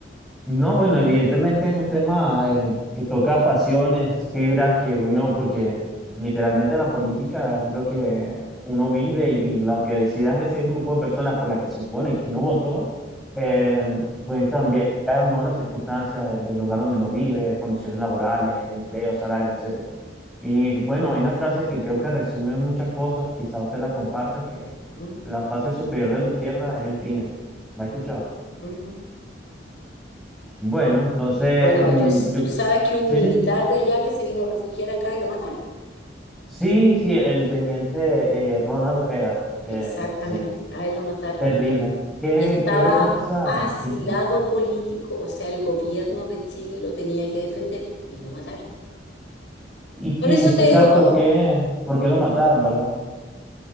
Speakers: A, in the centre; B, on the left.
A: No, bueno, evidentemente es un tema eh, que toca pasiones, fibras que uno, porque literalmente la política es lo que uno vive y lo que decidan ese grupo de personas por la que se supone que uno votó, eh, pueden cambiar o no las circunstancias de- del lugar donde uno vive, condiciones laborales, empleo, salario, etcétera. Y bueno, hay una frase que creo que resume muchas cosas, quizá usted la comparta, que
B: ¿Mm?
A: la fase superior de la izquierda es el crimen. ¿La ha escuchado?
B: Ujú.
A: Bueno, entonces,
B: Bueno,
A: mm,
B: yo,
A: yo,
B: tú sabes que hubo
A: sí,
B: un militar
A: sí,
B: de allá que se vino a refugiar acá y lo mataron.
A: sí, sí, el teniente eh, Ronald Ojeda, eh,
B: Exactamente,
A: sí,
B: a él lo mataron
A: terrible.
B: acá.
A: Qué,
B: y estaba
A: qué vergüenza.
B: asilado
A: Ujú.
B: político, o sea, el gobierno de Chile lo tenía que defender y lo mataron.
A: Y,
B: Con
A: y
B: eso
A: usted
B: te
A: sabe
B: digo
A: por
B: todo.
A: qué, por qué lo mataron, ¿verdad?